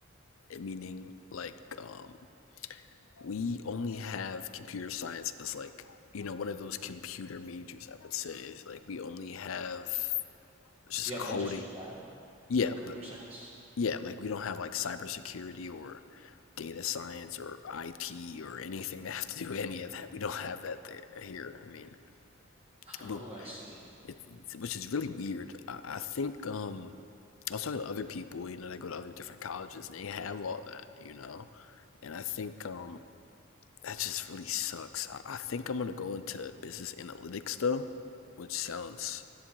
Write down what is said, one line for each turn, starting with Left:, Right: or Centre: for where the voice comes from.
Left: It meaning, like, um, we only have computer science as, like, you know, one of those computer majors, I would say. Is like, we only have just
Right: Do you have
Left: coding.
Right: like just one
Left: Yeah,
Right: one computer
Left: but
Right: science?
Left: yeah, like, we don't have, like, cybersecurity or data science or IT or anything that have to do with any of that. We don't have that there here. I mean,
Right: Oh,
Left: but
Right: I see.
Left: It's, it's- which is really weird. I, I think um, I was talking to other people, you know, that go to other different colleges, and they have all that, you know. And I think um, that just really sucks. I, I think I'm gonna go into business analytics though, which sounds,